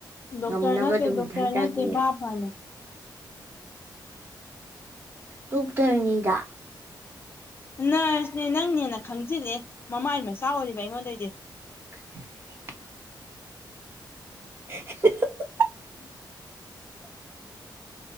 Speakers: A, on the left; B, on the right.
A: ꯗꯣꯛꯇꯔ
B: ꯉꯝꯅꯕ
A: ꯅꯠꯇꯦ
B: ꯑꯗꯨꯝ
A: ꯗꯣꯛꯇꯔ
B: ꯊꯥꯖꯒꯦ
A: ꯅꯠꯇꯦ ꯕꯥꯞ ꯐꯅꯨ
B: ꯗꯣꯛꯇꯔꯅꯤꯗ
A: ꯅ꯭ꯔꯁꯅꯦ ꯅꯪꯅ ꯍꯦꯟꯅ ꯈꯪꯖꯤꯜꯂꯦ ꯃꯃꯥꯏ ꯃꯆꯥ ꯑꯣꯏꯔꯤꯕ ꯑꯩꯉꯣꯟꯗꯩꯗꯤ
B: <inaudible> <inaudible>
A: ꯎꯝ